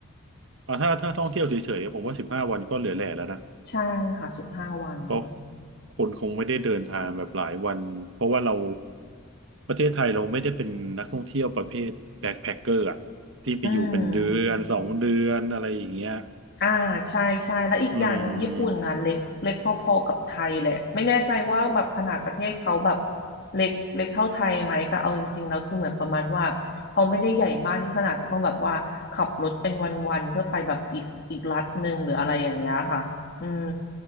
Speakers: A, on the right (about 60°); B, on the left (about 50°).
A: อ่าถ้าถ้าท่องเที่ยวเฉยๆผมว่าสิบห้าวันก็เหลือแหล่แล้วนะ
B: ใช่ค่ะสิบห้าวัน
A: เพราะคนคงไม่ได้เดินทางแบบหลายวันเพราะว่าเราประเทศไทยเราไม่ได้เป็นนักท่องเที่ยวประเภทแบ็คแพ็คเกอร์อะที่ไปอยู่เป็นเดือนสองเดือนอะไรอย่างเงี้ย
B: อืม อ่าใช่ใช่แล้วอีกอย่างหนึ่งญี่ปุ่นนะเล็กเล็กพอๆกับไทยแหละไม่แน่ใจว่าแบบขนาดประเทศเขาแบบ
A: อืม
B: เล็กเล็กเท่าไทยไหมแต่เอาจริงๆแล้วคือเหมือนประมาณว่าเขาไม่ได้ใหญ่มากที่ขนาดจะต้องแบบว่าขับรถเป็นวันๆเพื่อไปแบบอีกอีกรัฐหนึ่งหรืออะไรอย่างเงี้ยค่ะอืม